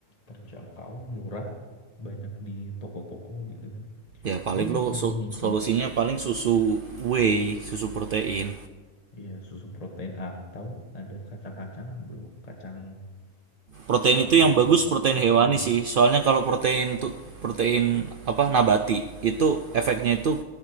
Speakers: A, on the left (about 25°); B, on the right (about 60°).
A: terjangkau, murah, banyak di toko-toko gitu kan?
B: ya paling
A: Gue
B: lo
A: mikirnya
B: so-
A: itu
B: solusinya paling susu whey susu protein
A: Iya, susu protein atau ada kacang-kacangan, Bro. Kacang
B: Protein
A: tanah
B: itu yang bagus
A: atau pistasium.
B: protein hewani sih. Soalnya kalau protein tuh protein apa nabati itu efeknya itu